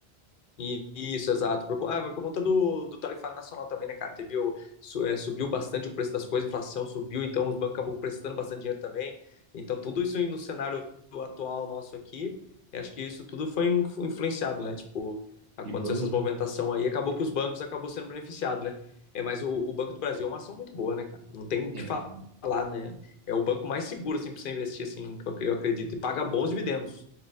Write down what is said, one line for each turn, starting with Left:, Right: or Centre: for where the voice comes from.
Left: I- Isso, exato. Por, co- ah, por conta do, do tarifário nacional também, né, cara? Teve o, su- é, subiu bastante o preço das coisas, a inflação subiu, então os bancos acabam prestando bastante dinheiro também. Então, tudo isso aí no cenário atual nosso aqui, eu acho que isso tudo foi in- foi influenciado, né? Tipo, aconteceu
Right: E banco,
Left: essas movimentação aí, acabou que os bancos acabou sendo beneficiados, né? É, mas o, o Banco do Brasil é uma ação muito boa, né, cara? Não tem o que
Right: é,
Left: fa- falar, né? É o banco mais seguro, assim, pra você investir, assim, que eu, eu acredito. E paga bons dividendos.